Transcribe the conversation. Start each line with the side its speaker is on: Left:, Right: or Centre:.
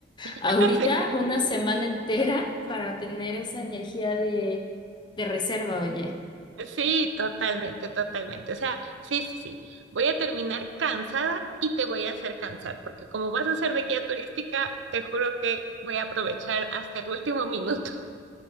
Right: <laughs>
Left: Ahorita
Right: sí.
Left: una semana entera para tener esa energía de, de reserva, oye.
Right: Sí, totalmente, totalmente. O sea, sí, sí, sí. Voy a terminar cansada y te voy a hacer cansar, porque como vas a ser de guía turística, te juro que voy a aprovechar hasta el último minuto.